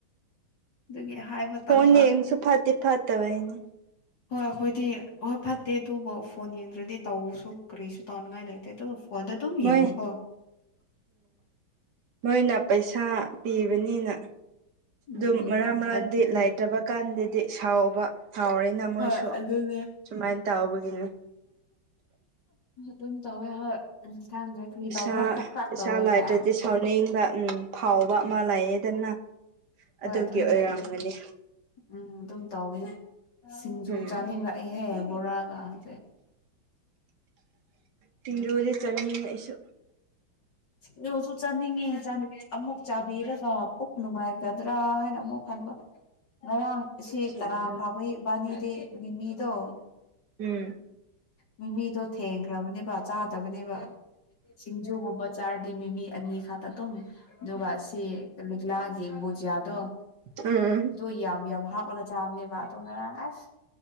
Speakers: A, on the left; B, on the right.
A: ꯑꯗꯨꯒꯤ ꯍꯥꯏꯕ
B: ꯐꯣꯟ
A: ꯇꯟꯕ
B: ꯌꯦꯡꯁꯨ ꯐꯠꯇꯦ ꯐꯠꯇꯕ ꯑꯅꯦ
A: ꯍꯣꯏ ꯑꯩꯈꯣꯏꯗꯤ ꯍꯣꯏ ꯐꯠꯇꯦ ꯑꯗꯨꯕꯨ ꯐꯣꯟ ꯌꯦꯡꯗ꯭ꯔꯗꯤ ꯇꯧꯁꯨ ꯀꯔꯤꯁꯨ ꯇꯧꯅꯤꯡꯉꯥꯏ ꯂꯩꯇꯦ ꯑꯗꯨꯗ ꯐꯣꯟꯗ ꯑꯗꯨꯝ
B: ꯃꯣꯏ
A: ꯌꯦꯡꯉꯣꯀꯣ
B: ꯅꯣꯏꯅ ꯄꯩꯁꯥ ꯄꯤꯕꯅꯤꯅ
A: ꯎꯝ
B: ꯑꯗꯨꯝ ꯃꯔꯥꯡ ꯃꯔꯥꯡꯗꯤ
A: ꯑꯗꯨꯅꯦ
B: ꯂꯩꯥꯏꯇ꯭ꯔꯕ ꯀꯥꯟꯗꯗꯤ ꯁꯥꯎꯕ ꯁꯥꯎꯔꯦꯅ ꯃꯣꯏꯁꯨ
A: ꯍꯣꯏ ꯑꯗꯨꯅꯦ
B: ꯁꯨꯃꯥꯏꯅ ꯇꯧꯕꯒꯤꯅꯤ
A: ꯑꯗꯨꯝ ꯇꯧꯋꯦ ꯍꯣꯏ ꯈꯪꯗ꯭ꯔꯦ ꯀꯨ
B: ꯄꯩꯁꯥ
A: ꯇꯧꯕ꯭ꯔꯥ ꯈꯣꯛ ꯈ꯭ꯔꯥꯛ
B: ꯄꯩꯁꯥ
A: ꯇꯧꯋꯦꯅꯦ
B: ꯂꯩꯇ꯭ꯔꯗꯤ ꯁꯥꯎꯅꯤꯡꯕ ꯎꯝ ꯐꯥꯎꯕ ꯃꯥ
A: ꯎꯝ
B: ꯂꯩꯌꯦꯗꯅ
A: ꯍꯣꯏ
B: ꯑꯗꯨꯒꯤ
A: ꯑꯗꯨꯅꯦ
B: ꯑꯣꯏꯔꯝꯒꯅꯤ
A: ꯎꯝ ꯑꯗꯨꯝ ꯇꯒꯅꯦ ꯁꯤꯡꯖꯨ
B: ꯎꯝ
A: ꯆꯥꯅꯤꯡꯂꯛꯏꯍꯦ ꯕꯣꯔꯥꯒꯁꯦ
B: ꯇꯖꯗꯤ ꯀꯁꯨ
A: ꯁꯤꯣꯁꯨ ꯆꯥꯅꯤꯡꯉꯦ ꯑꯃꯨꯛ ꯆꯥꯕꯤꯔꯒ ꯄꯨꯛ ꯅꯨꯡꯉꯥꯏꯒꯗ꯭ꯔꯥ ꯍꯥꯏꯅ ꯑꯃꯨꯛ ꯍ ꯉꯔꯥꯡ ꯁꯤ
B: ꯁꯤꯡꯖꯨ
A: ꯇꯔꯥ ꯐꯥꯕꯩꯕꯥꯅꯤꯗꯤ ꯃꯤꯃꯤꯗꯣ
B: ꯎꯝ
A: ꯃꯤꯃꯤꯗꯣ ꯊꯦꯡꯈ꯭ꯔꯕꯅꯦꯕ ꯆꯥꯗꯕꯅꯦꯕ ꯆꯁꯤꯡꯖꯨꯒꯨꯝꯕ ꯆꯥ ꯗꯤ ꯃꯤꯃꯤ ꯑꯅꯤ ꯈꯛꯇ ꯑꯗꯨꯝ ꯑꯗꯨꯒ ꯁꯤ ꯂꯤꯛꯂꯥꯒꯤ ꯕꯨꯖꯤꯌꯥꯗꯣ ꯑꯗꯨꯗꯣ
B: ꯎꯝ ꯎꯝ
A: ꯌꯥꯝ ꯌꯥꯝ ꯍꯥꯞꯂꯒ ꯆꯥꯕꯅꯦꯕ ꯑꯗꯣ ꯉꯔꯥꯡ ꯑꯁ